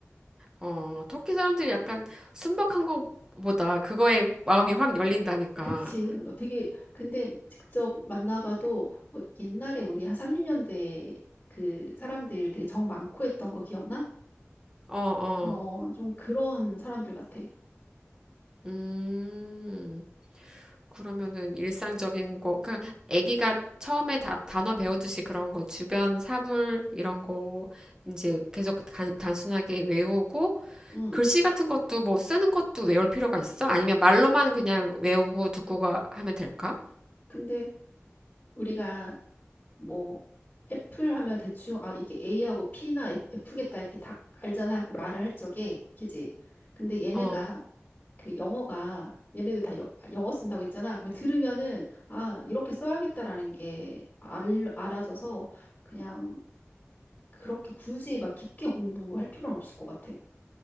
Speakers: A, on the right (about 15°); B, on the left (about 25°).
A: 어. 터키 사람들이 약간 순박한 것보다 그거에 마음이 확 열린다니까.
B: 그치. 어, 되게, 근데 직접 만나봐도 어, 옛날에 우리 한 30년대 그 사람들 되게 정 많고 했던 거 기억나?
A: 어, 어,
B: 어, 좀 그런 사람들 같아.
A: 음, 그러면은 일상적인 거, 그, 아기가 처음에 다, 단어 배우듯이 그런 거, 주변 사물, 이런 거, 이제 계속 단, 단순하게 외우고,
B: 응.
A: 글씨 같은 것도 뭐 쓰는 것도 외울 필요가 있어? 아니면 말로만 그냥 외우고 듣고가 하면 될까?
B: 근데 우리가 뭐 애플 하면 대충 아, 이게 A하고 P나 F- F겠다 이렇게 다 알잖아. 그 말을 할 적에. 그지? 근데 얘네가
A: 어,
B: 그 영어가 얘네들 다 여- 영어 쓴다고 했잖아. 그러면 들으면은 아, 이렇게 써야겠다라는 게 알, 알아져서 그냥 그렇게 굳이 막 깊게 공부할 필요는 없을 것 같아.